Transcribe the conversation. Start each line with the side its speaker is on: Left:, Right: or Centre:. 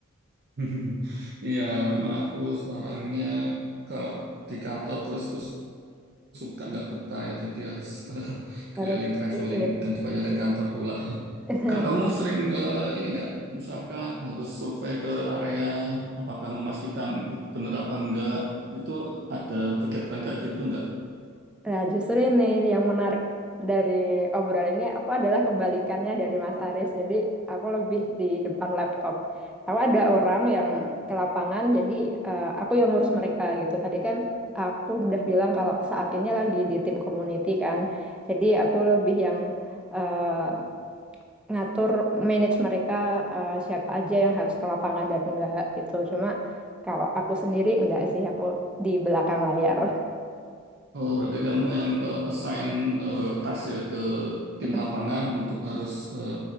Right: <laughs> Iya, memang aku orangnya kalau di kantor terus terus suka nggak betah ya jadi harus <laughs> keliling
Centre: Harus
Right: traveling
Centre: titip.
Right: dan dibayarin kantor pula.
Centre: <laughs>
Right: Kak, kamu sering eh, ini nggak misalkan harus survei ke area apakah memastikan itu benar apa enggak itu ada kegiatan kayak gitu nggak?
Centre: Nah, justru ini yang menarik dari obrolan ini, aku adalah kebalikannya dari Mas Aris. Jadi, aku lebih di depan laptop. Aku ada orang yang ke lapangan, jadi eh, aku yang ngurus mereka gitu. Tadi kan aku udah bilang kalau saat ini lagi di tim community kan. Jadi, aku lebih yang eh, ngatur manage mereka eh, siapa aja yang harus ke lapangan dan enggak gitu. Cuma kalau aku sendiri enggak sih, aku di belakang layar.
Right: Oh, berarti kamu yang eh, assign eh, task ya ke tim
Centre: <laughs>
Right: lapangan untuk harus eh,